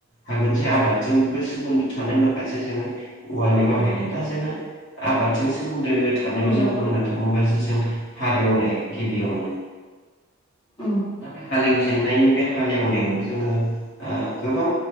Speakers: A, on the left; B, on the left.
A: हागोन जे आबादजोंबो सोमोन्दो थानाय माखासे जोङो औवानि
B: औ
A: बाहाय
B: उम
A: आबादजों सोमोनदो थानायाव
B: नंगौ
A: जोङो बुंनो थाङोबा हालेवनाय गिबियावनो
B: उम
A: दा बे हालेव जेननायनि बे हालेवनायावबो जोङो गोबां